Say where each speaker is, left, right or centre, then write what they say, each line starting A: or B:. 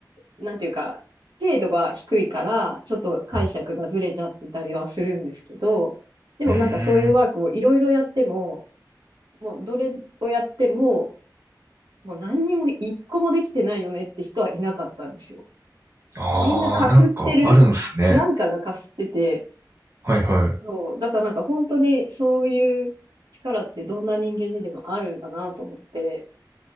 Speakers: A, on the right; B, on the right.
A: なんていうか、精度が低いから、ちょっと解釈がずれちゃってたりはするんですけど、
B: うん。
A: でもなんかそういうワークをいろいろやっても、
B: うん。
A: もうどれをやっても、もう何にも一個もできてないよねって人はいなかったんですよ。
B: ああー、
A: みんなかすってる何かがかすってて、
B: なんかあるんすね。はいはい。
A: そう、だからなんか本当にそういう力ってどんな人間にでもあるんだなと思って、